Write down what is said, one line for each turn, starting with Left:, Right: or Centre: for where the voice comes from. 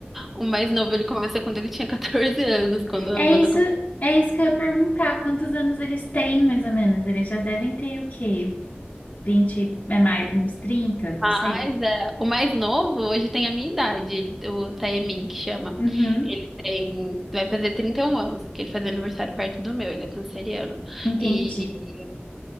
Centre: o mais novo ele começou quando ele tinha 14 anos, quando
Left: É
Centre: a banda
Left: isso, é isso que eu ia perguntar, quantos anos eles têm, mais ou menos? Eles já devem ter o quê? vinte é mais uns trinta não
Centre: Mas
Left: sei.
Centre: é, o mais novo hoje tem a minha idade, ele- o Taemin, que chama.
Left: Uhum,
Centre: Ele tem, vai fazer 31 anos, porque ele faz aniversário perto do meu, ele é canceriano.
Left: entendi.
Centre: E,